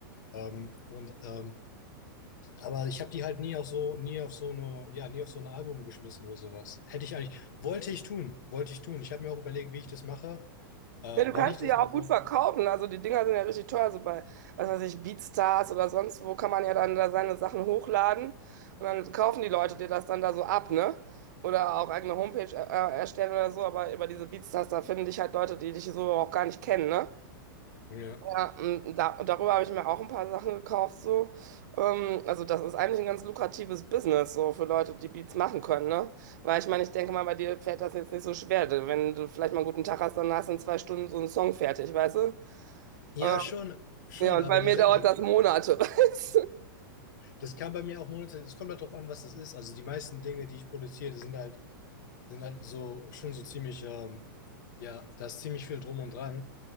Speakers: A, on the left; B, on the right.
A: Ähm, und ähm, aber ich habe die halt nie auf so nie auf so eine ja nie auf so ein Album geschmissen oder sowas. Hätte ich eigentlich wollte ich tun, wollte ich tun. Ich habe mir auch überlegt, wie ich das mache. Äh,
B: Ja, du
A: wann
B: kannst
A: ich das
B: die ja
A: mache?
B: auch gut verkaufen. Also die Dinger sind ja richtig teuer. So bei, was weiß ich, BeatStars oder sonst wo kann man ja dann da seine Sachen hochladen und dann kaufen die Leute dir das dann da so ab, ne? Oder auch eigene Homepage äh, äh, erstellen oder so. Aber über diese BeatStars, da finden dich halt Leute, die dich so auch gar nicht kennen, ne?
A: Ja,
B: Ja, m, da, darüber habe ich mir auch ein paar Sachen gekauft, so. Ähm, also das ist eigentlich ein ganz lukratives Business, so für Leute, die Beats machen können, ne? Weil ich meine, ich denke mal, bei dir fällt das jetzt nicht so schwer. Wenn du vielleicht mal einen guten Tag hast, dann hast du in zwei Stunden so einen Song fertig, weißt du?
A: ja
B: Ähm,
A: schon, schon,
B: ja, und
A: aber
B: bei
A: die,
B: mir
A: Sa-
B: dauert
A: die,
B: das Monate. <laughs>
A: das kann bei mir auch Monate, es kommt halt drauf an, was das ist. Also die meisten Dinge, die ich produziere, die sind halt, sind halt so, schon so ziemlich, ähm, ja, da ist ziemlich viel drum und dran.